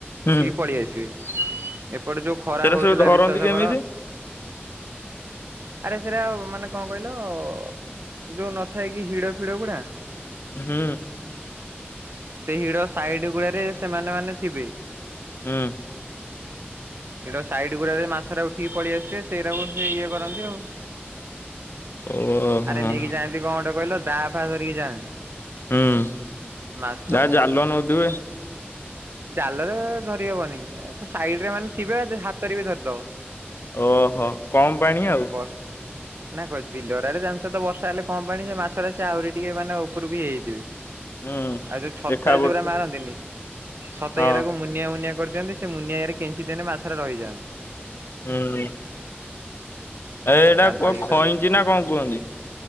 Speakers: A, on the left (about 65°); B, on the right (about 65°).
A: ହୁଁ
B: ଉଠିକି ପଳେଇ ଆସିବେ। ଏପଟେ ଯୋଉ ଖରା
A: ସେରା
B: ହଉଥିଲା
A: ସବୁ ଧରନ୍ତି
B: ବିଶ୍ଵାସ
A: କେମିତି?
B: କର ଆରେ ସେଟା ମାନେ କଣ କହିଲ-ଅ-ଅ-ଅ-ଅ? ଯୋଉ ନଥାଏ କି ହିଡ ଫିଡ ଗୁଡା
A: ହୁଁ।
B: ସେ ହିଡ ସାଇଡ ଗୁଡାରେ ସେମାନେ ମାନେ ଥିବେ।
A: ହୁଁ
B: ହିଡ଼ ସାଇଡ ଗୁଡାରେ ମାଛରେ ଉ ଠିକି ପଳେଇଆସିବେ ସେଇଟାକୁ ସେ ଇଏ କରନ୍ତି ଆଉ।
A: ଓହୋ
B: ଆରେ ନେଇକି ଯାଆନ୍ତି କଣ ଗୋଟେ କହିଲ ଦାଆ ଫା ଧରିକି ଯାଆନ୍ତି।
A: ହୁଁ
B: ମାଛକୁ
A: ଯାହା ଜାଲ ନଉଥିବେ।
B: ଜାଲରେ-ଏ-ଏ-ଏ ଧରି ହବନି, ସାଇଡରେ ମାନେ ଥିବେ ହାତରେ ବି ଧରିଦବ।
A: ଓହୋ କମ୍ ପାଣି ଆଉ।
B: ବସ୍ ନା କ ବିଲଗୁରା ରେ ଜାଣିଛ ତ ବର୍ଷା ହେଲେ କଣ ପାଣି ଯେ ମାଛରେ ସେ ଆହୁରି ଟିକେ ମାନେ ଉପରକୁ ହେଇଯାଇଥିବେ।
A: ହୁଁ।
B: ଆଉ ଯୋଉ ଛତା
A: ଦେଖା
B: ଯୋଉରା
A: ପଡୁଚି
B: ମାରନ୍ତିନି ଛତା
A: ହଁ
B: ଏଇଡାକୁ ମୁନିଆ ମୁନିଆ କରିଦିଅନ୍ତି, ସେ ମୁନିଆଇରେ କେଞ୍ଚିଦେଲେ ମାଛରେ ରହିଯାଆନ୍ତି।
A: ହୁଁ ଏ ଏଇଟାକୁ
B: ଆ ଧରିକି
A: ଖଇଛି
B: ତାପରେ
A: ନା କଣ କୁହନ୍ତି?